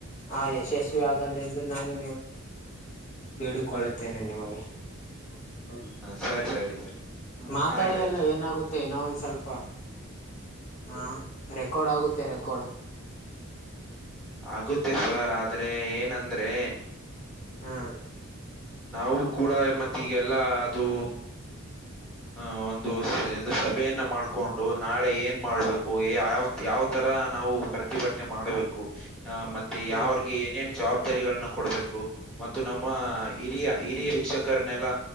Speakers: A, on the left; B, in the centre.
A: ಆ ಯಶಸ್ವಿ ಆಗಲಿ ಎಂದು ನಾನು. ಬೇಡಿಕೊಳ್ಳುತ್ತೇನೆ ನಿಮಗೆ. ಹೌದು.
B: ಹ ಸರಿ ಸರಿ ಸರಿ.
A: ಮಾತಾಡಿ
B: ಆಯ್ತು ಆಯ್ತು
A: ಎಲ್ಲ ಏನಾಗುತ್ತೆ. ಮೆನೋ ಒಂದ್ ಸ್ವಲ್ಪ ಹ ರೆಕಾರ್ಡ್ ಆಗುತ್ತೆ ರೆಕಾರ್ಡ್.
B: ಆಗುತ್ತೆ ಸರ್ ಆದ್ರೆ ಏನಂದ್ರೆ.
A: ಹ್ಮ್
B: ನಾವು ಕೂಡ ಮತ್ತೆ ಈಗೆಲ್ಲಾ ಅದುೂ. ಆ ಒಂದು ಇದು ಸಭೆಯನ್ನ ಮಾಡ್. ಹಕೊಂಡು ನಾಳೆ ಏನ್ ಮಾಡ್ಬೇಕು ಯಾವ ಯಾವ್ ತರ ನಾವು ಪ್ರತಿಭಟನೆ ಮಾಡ್ಬೇಕು. ಅ ಮತ್ತೆ
A: ಹಾ
B: ಯಾವಿಗೆ ಏನೇನು ಜವಾಬ್ದಾರಿಗಳನ್ನ ಕೊಡ್ಬೇಕು ಮತ್ತು ನಮ್ಮ. ಹಿರಿಯ ಹಿರಿಯ ಶಿಕ್ಷಕರನೆೆಲ್ಲ